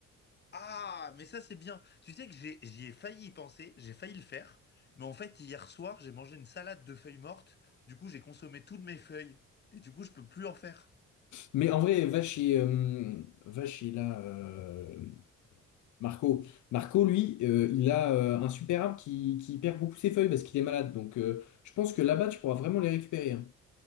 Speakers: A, on the left; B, on the left.
A: Ah, mais ça c'est bien. Tu sais que j'ai, j'y ai failli y penser, j'ai failli le faire, mais en fait hier soir j'ai mangé une salade de feuilles mortes, du coup j'ai consommé toutes mes feuilles et du coup je peux plus en faire.
B: Mais en vrai, va chez, euh, va chez là, euh, Marco. Marco, lui, euh, il a euh, un super arbre qui, qui perd beaucoup ses feuilles parce qu'il est malade. Donc, euh, je pense que là-bas, tu pourras vraiment les récupérer. hein.